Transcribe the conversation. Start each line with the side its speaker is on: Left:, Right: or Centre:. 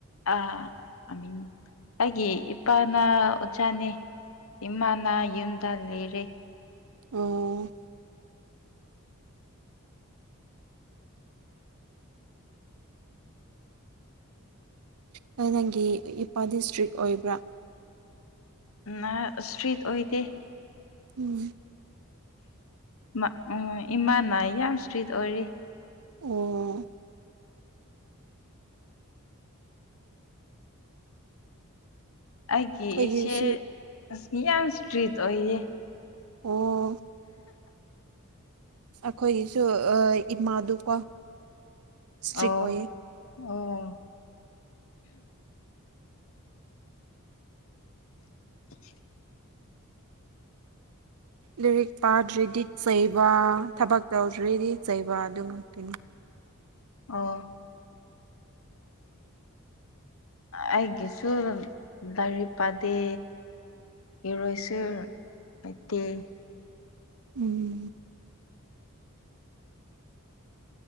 Left: ꯑꯥ ꯑꯃꯤꯡ꯫ ꯑꯩꯒꯤ ꯏꯄꯥꯅ ꯑꯣꯖꯥꯅꯦ ꯏꯃꯥꯅ ꯌꯨꯝꯗ ꯂꯩꯔꯦ꯫
Right: ꯑꯣ꯫ ꯅꯪꯒꯤ ꯏꯄꯥꯗꯤ ꯏꯁꯇ꯭ꯔꯤꯛ ꯑꯣꯏꯕ꯭ꯔꯥ꯫
Left: ꯅ ꯏꯁꯇ꯭ꯔꯤꯠ ꯑꯣꯏꯗꯦ꯫
Right: ꯎꯝ꯫
Left: ꯎꯝ ꯏꯃꯥꯅ ꯌꯥꯝ ꯏꯁꯇ꯭ꯔꯤꯠ ꯑꯣꯏꯔꯦ꯫
Right: ꯑꯣ꯫
Left: ꯑꯩꯒꯤ
Right: ꯑꯩꯈꯣꯏꯒꯤꯁꯨ
Left: ꯏꯆꯦ ꯑꯁꯤ ꯌꯥꯝ ꯏꯁꯇ꯭ꯔꯤꯠ ꯑꯣꯏꯌꯦ꯫
Right: ꯑꯣ꯫ ꯑꯈꯣꯏꯒꯤꯁꯨ ꯑꯥ ꯏꯃꯥꯗꯨꯀꯣ꯫ ꯏꯁꯇ꯭ꯔꯤꯛ
Left: ꯑꯣ
Right: ꯑꯣꯏꯌꯦ
Left: ꯑꯣ꯫ <inaudible>
Right: ꯂꯩꯔꯤꯛ ꯄꯥꯗꯔ꯭ꯗꯤ ꯆꯩꯕ ꯊꯕꯛ ꯇꯧꯗꯔ꯭ꯗꯤ ꯆꯩꯕ ꯑꯗꯨ ꯉꯥꯛꯇꯅꯤ
Left: ꯑꯣ ꯑꯩꯒꯤꯁꯨ ꯂꯥꯏꯔꯤꯛ ꯄꯥꯗꯦ ꯏꯔꯣꯏꯁꯨ ꯑꯇꯦ <unintelligible>
Right: ꯎꯝ